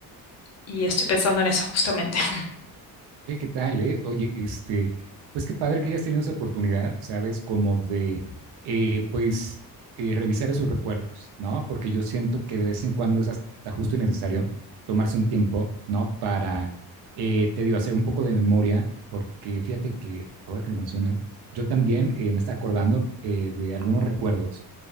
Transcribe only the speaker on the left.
Y
estoy pensando en eso justamente. <laughs>